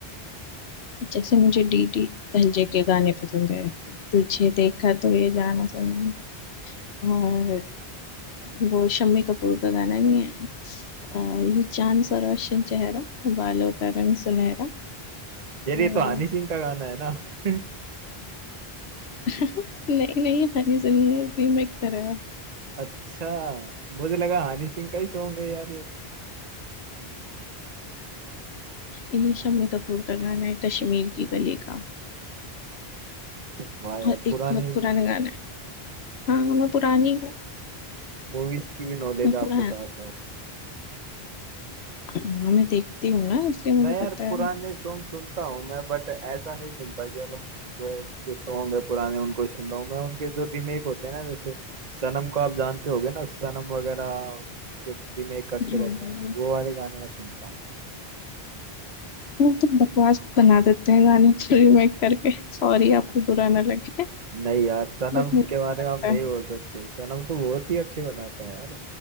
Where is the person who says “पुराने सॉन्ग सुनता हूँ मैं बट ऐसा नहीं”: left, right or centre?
Right